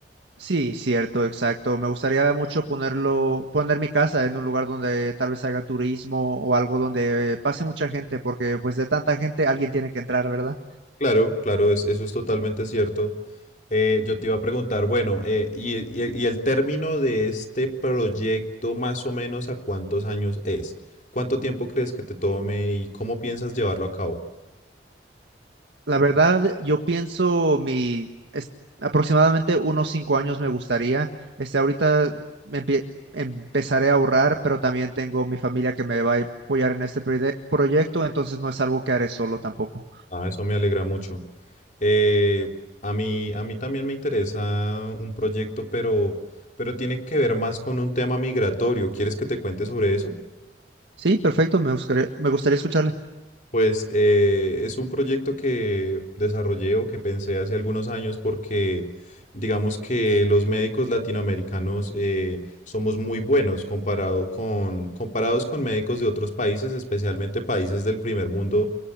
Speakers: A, on the right; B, on the left.
A: Sí, cierto, exacto. Me gustaría mucho ponerlo, poner mi casa en un lugar donde tal vez haga turismo o algo donde pase mucha gente, porque pues de tanta gente alguien tiene que entrar, ¿verdad?
B: Claro, claro, es- eso es totalmente cierto. Eh, yo te iba a preguntar, bueno, eh, y, y el y el término de este proyecto más o menos a cuántos años es? ¿Cuánto tiempo crees que te tome y cómo piensas llevarlo a cabo?
A: La verdad, yo pienso mi es- aproximadamente unos cinco años me gustaría. Este, ahorita me empie- empezaré a ahorrar, pero también tengo mi familia que me va a apoyar en este proye- proyecto, entonces no es algo que haré solo tampoco.
B: Ah, eso me alegra mucho. Eh, a mí, a mí también me interesa un proyecto, pero, pero tiene que ver más con un tema migratorio. ¿Quieres que te cuente sobre eso?
A: Sí, perfecto, me gustaría, me gustaría escucharle.
B: Pues eh, es un proyecto que desarrollé o que pensé hace algunos años porque digamos que los médicos latinoamericanos eh, somos muy buenos comparado con, comparados con médicos de otros países, especialmente países del primer mundo